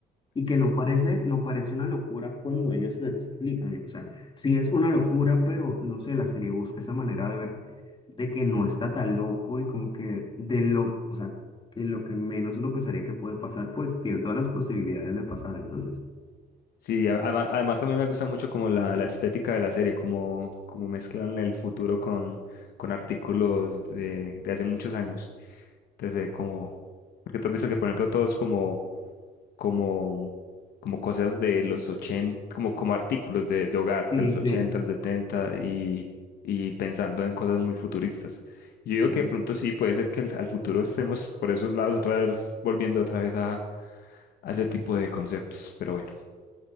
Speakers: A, on the left; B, on the left.
A: Y que no parece, no parece una locura cuando ellos lo explican. O sea, sí es una locura, pero no sé, la serie busca esa manera de ver de que no está tan loco y como que de lo, o sea, que lo que menos uno pensaría que puede pasar, pues tiene todas las posibilidades de pasar. Entonces,
B: Sí, a- además, además también me gusta mucho como la, la estética de la serie, como, como mezclan el futuro con, con artículos de, de hace muchos años. Entonces, eh, como, porque tú has visto que, por ejemplo, todos como como, como cosas de los 80 como, como artículos de, de hogar
A: sí,
B: de los 80 los 70 y, y pensando en cosas muy futuristas. Yo digo
A: sí.
B: que de pronto sí, puede ser que al al futuro estemos por esos lados otra vez, volviendo otra vez a, a ese tipo de conceptos, pero bueno,